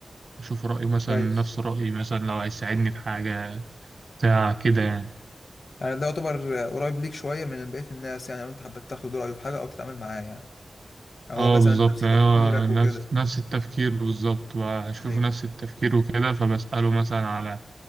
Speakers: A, on the right; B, on the left.
A: أشوف رأيه مثلا
B: كويس
A: نفس رأيي مثلا لو هيساعدني في حاجة بتاع كده يعني
B: يعني ده يعتبر آه، قريب ليك شوية من بقية الناس يعني لو انت حبيت تاخد رأيه في حاجة او تتعامل معاه يعني هو
A: اه
B: مثلا
A: بالظبط
B: نفس
A: يعني
B: تفكيرك
A: هو نفس
B: وكده
A: نفس التفكير بالظبط هشوفه
B: ايوه
A: نفس التفكير وكده فبسأله مثلا على